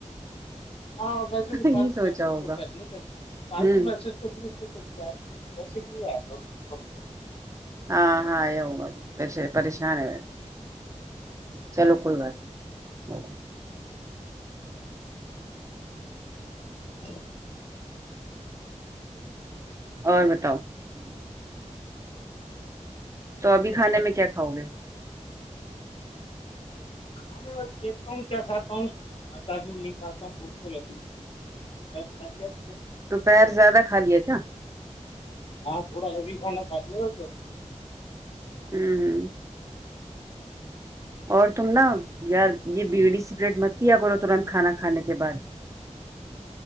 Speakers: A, on the left; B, on the right.
A: ہاں ویسے بھی فالتو
B: یہ سوچا
A: میسج
B: ہوگا
A: تو کر نہیں پتی فالتو
B: ہوں
A: میسج کبھی آئے پیسے کے لیے آئے پرچوں
B: ہاں ہاں یہ پ پریشان ہے چلو کوئی بات نہیں
A: <unintelligible>
B: نہیں اور بتاؤ تو ابھی کھانے
A: اچھا
B: میں کیا کھاؤ گے
A: اممی بس دیکھتا ہوں کیا کاتا ہوں کھا بھی نہیں کاتا ہوں بھوک تو لگی <unintelligible>
B: تو پہیر زیادہ کھا لیا کیا
A: ہاں تھوڑا ابھی کھانا کھا لیا تھا س
B: ہوں ہوں اور تم نا یار یہ بیڑی سپریٹ م پیا کرو ترنت کھانا کھانے کے بعد